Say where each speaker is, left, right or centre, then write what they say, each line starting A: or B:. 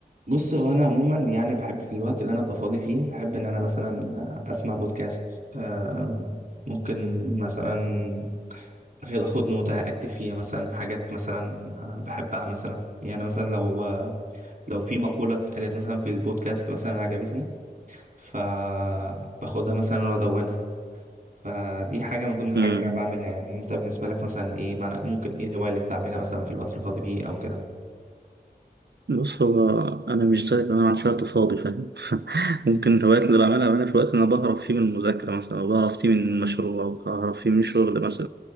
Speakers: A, on the right (about 45°); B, on the right (about 80°).
A: بص هو انا عموما يعني بحب في الوقت اللي انا ابقى فاضي فيه بحب ان انا مثلا اسمع بودكاست آم، ممكن مثلا اخد أخد نوتة اكتب فيها مثلا حاجات مثلا بحبها مثلا يعني مثلا لو لو في مقولة اتقالت مثلا في البودكاست مثلا عجبتني فباخدها مثلا وادونها فدي حاجة من ضمن الحاجات
B: مم.
A: اللي انا بعملها يعني انت بالنسبة لك مثلا ايه معنى- ممكن ايه الهواية اللي بتعملها مثلا في الوقت اللي فاضي فيه او كده
B: بص هو انا مش زيك انا ما عنديش وقت فاضي فاهم <laughs>
A: م-
B: ممكن الهوايات اللي بعملها بعملها في وقت انا بهرب فيه من المذاكره مثلا او بهرب فيه من مشروع او بهرب فيه من شغل مثلا